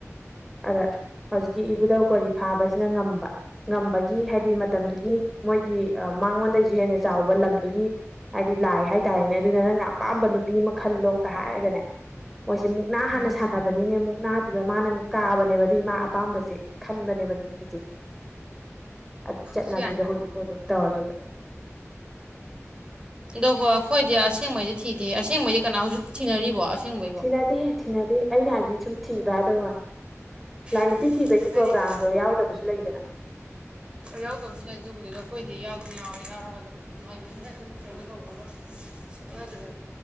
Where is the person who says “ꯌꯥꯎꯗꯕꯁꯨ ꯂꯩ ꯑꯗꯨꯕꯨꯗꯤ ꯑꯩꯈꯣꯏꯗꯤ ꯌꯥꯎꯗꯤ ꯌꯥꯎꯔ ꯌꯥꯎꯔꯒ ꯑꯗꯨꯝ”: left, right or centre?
Right